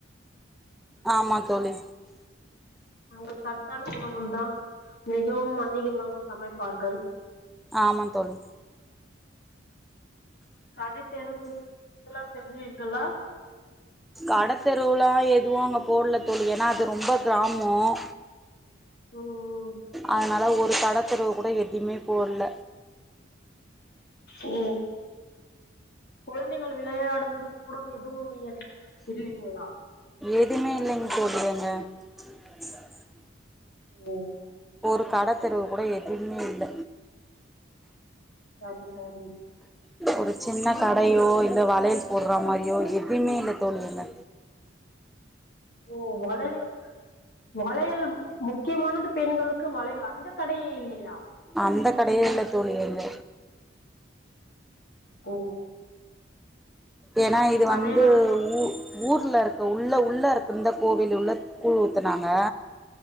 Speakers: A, in the centre; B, on the left.
A: ஆமா தோழி
B: அங்க சத்தான உணவு தான் மிகவும் அதிகமாக. சமைப்பார்கள்.
A: ஆமா தோழி.
B: கடைத்தெருவுக் கெல்லாம் சென்றீர்களா.
A: கடைத்தெருவுலாம் எதுவும் அங்க போடல தோழி ஏன்னா அது ரொம்ப கிராமம்.
B: ஹம்.
A: அதனால் ஒரு கடத்தெருவுக் கூட எதுவுமே போடல.
B: ஓ குழந்தைகள் வெளையாடுவது கூட எதுவும் இல்லைங்களா.
A: எதுவுமே இல்லைங்க தோழி அங்கே <unintelligible>
B: உம்.
A: ஒரு கடை தெருவு கூட எதுமே இல்ல.
B: சரி சரி.
A: ஒரு சின்ன கடையோ இல்லை வளையல் போடுற மாரியோ எதுவுமே இல்லை தோழி அங்க
B: ஓ வளையல் வளையல் முக்கியமானது பெண்களுக்கு வளையல் அந்த கடையே இல்லையா.
A: அந்த கடையே இல்ல தோழியங்க.
B: ஓ.
A: ஏன்னா இது வந்து
B: அனைவரும் அ
A: ஊ. ஊர்ல இருக்கா உள்ள உள்ள இருக்குந்த. கோவில் உள்ள கூழ் ஊத்துனாங்க.